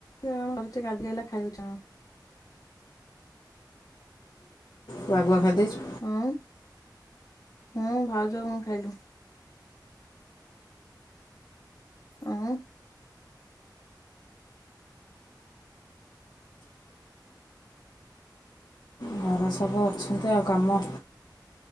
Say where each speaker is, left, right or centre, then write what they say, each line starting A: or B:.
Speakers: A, on the left (about 50°); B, on the left (about 65°).
A: କଣ କରୁଚି ଗାଧେଇକି ଆଇଲା ଖାଇ ବଇଚି ନା କଣ।
B: ତା ଆଗୁଆ ଖାଇଦେଇଛୁ।
A: ହଁ ହଁ ଭାଉଜ ମୁଁ ଖାଇଲୁ। ଆଉଁ।
B: ଘରେ ସବୁ ଅଛନ୍ତି ଆଉ କାମ।